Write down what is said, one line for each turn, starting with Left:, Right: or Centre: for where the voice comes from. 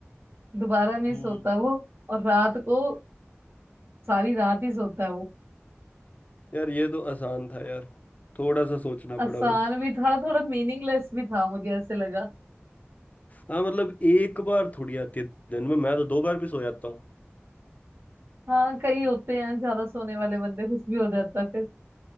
Right: दोबारा नहीं
Left: हम्म,
Right: सोता वो और रात को सारी रात ही सोता है वो
Left: यार ये तो आसान था यार थोड़ा सा सोचना
Right: आसान
Left: पड़ा बस
Right: भी था थोड़ा मीनिंगलेस भी था मुझे ऐसे लगा
Left: हाँ मतलब एक बार थोड़ी आती है दिन में मैं तो दो बार भी सो जाता हूँ
Right: हाँ कई होते हैं ज्यादा सोने वाले बंदे कुछ भी हो जाता है फिर